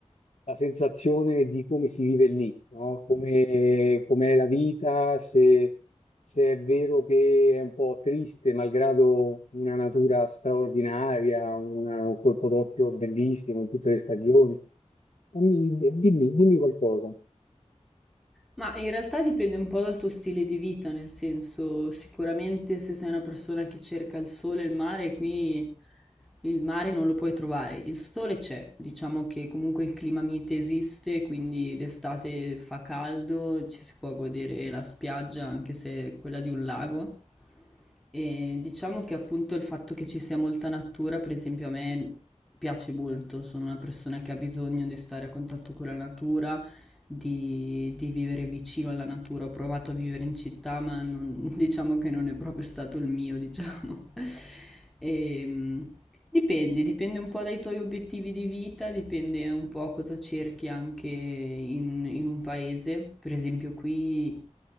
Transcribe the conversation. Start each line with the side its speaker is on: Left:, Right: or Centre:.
Left: la sensazione di come si vive lì, no? Come, com'è la vita, se, se è vero che è un po' triste, malgrado una natura straordinaria, una- un colpo d'occhio bellissimo in tutte le stagioni. Dammi- dimmi, dimmi qualcosa.
Centre: Ma in realtà dipende un po' dal tuo stile di vita, nel senso, sicuramente se sei una persona che cerca il sole e il mare, qui il mare non lo puoi trovare. Il sole c'è, diciamo che comunque il clima mite esiste, quindi d'estate fa caldo, ci si può godere la spiaggia, anche se è quella di un lago. E diciamo che appunto il fatto che ci sia molta natura, per esempio, a me piace molto. Sono una persona che ha bisogno di stare a contatto con la natura di, di vivere vicino alla natura. Ho provato a vivere in città, ma non- <laughs> diciamo che non è proprio stato il mio, diciamo. <laughs> Ehm, dipende, dipende un po' dai tuoi obiettivi di vita, dipende un po' cosa cerchi anche in, in un paese. Per esempio, qui